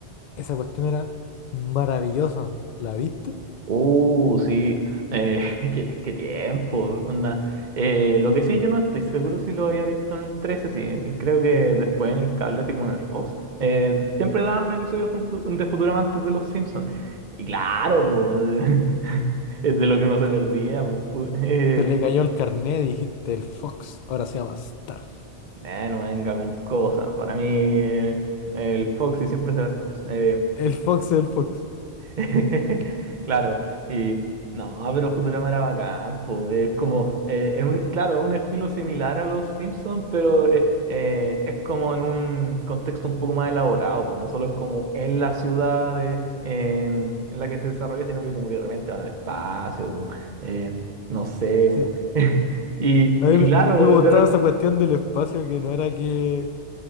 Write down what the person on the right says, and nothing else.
uh, sí, eh, <laughs> qué, qué tiempo. onda. Eh, lo que sí, yo no estoy seguro si lo había visto en el trece sí. eh, Creo que después en el cable, así como en el Fox, eh, siempre daban un episodio junto- de Futurama antes de Los Simpsons. Y claro, po, <laughs> es de lo que uno se
perdía. po, fu- eh,
futu-
eh, no venga con cosas. Para mí, eh, el Fox y siempre será el Fox. eh,
<laughs> Claro, y no, pero Futurama era bacán, po, Es como, eh, en un, claro, es un estilo similar a los Simpsons, pero eh, eh, es como en un contexto un poco más elaborado, po, No solo es como en la ciudad de, eh, en la que se desarrolla, sino que como que de repente van al espacio, eh, no sé.
un- <laughs> Y,
y
claro,
pues,
de repente.